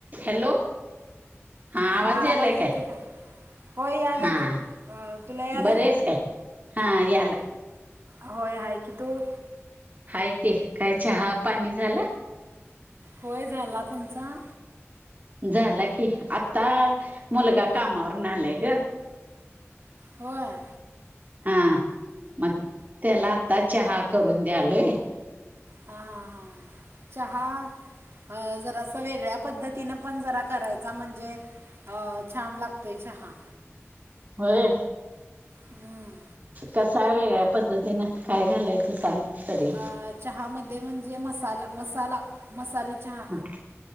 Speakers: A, on the right (about 35°); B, on the right (about 60°).
A: Hello हां आवांज
B: हा
A: यांलायं
B: आवाज येते
A: कायं
B: काय होय यायला
A: हां
B: की अं, तुला यालाय
A: बरेचं कायं हां यांला
B: होयं आहेये की तुं
A: हांय की कायं चहा पाणी झालं
B: होयं झालां तुमचां
A: झालां की आंता मुलगां कामांवर नं आलांय गं
B: होयं
A: हां मंग त्यांला आंता चहा करूंन द्यां आलोयं
B: हां हां हां चहा अं जरां असं वेगळ्यां पद्धतीने पणं जरां करायंचा म्हणजे अं छान लागतोय चहा
A: होये
B: हम्मं
A: कसां वेगळ्यां पद्धतीनं कायं घालायचं सांग तरी
B: अं चहामध्यें म्हणजे मसांला मसांला मसाले अच्छा
A: हा